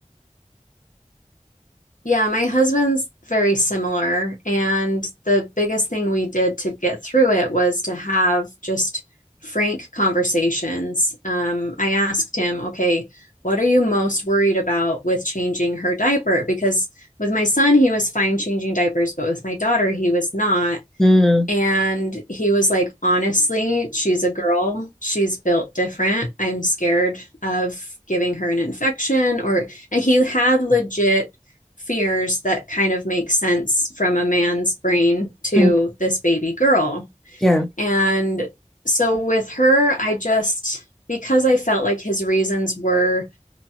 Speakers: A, on the left; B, in the centre.
A: Yeah, my husband's very similar. And the biggest thing we did to get through it was to have just frank conversations. Um, I asked him, okay, what are you most worried about with changing her diaper? Because with my son, he was fine changing diapers, but with my daughter, he was not.
B: Mm,
A: And he was like, honestly, she's a girl. She's built different. I'm scared of giving her an infection or, and he had legit fears that kind of make sense from a man's brain to
B: mm,
A: this baby girl.
B: yeah,
A: And so with her, I just, because I felt like his reasons were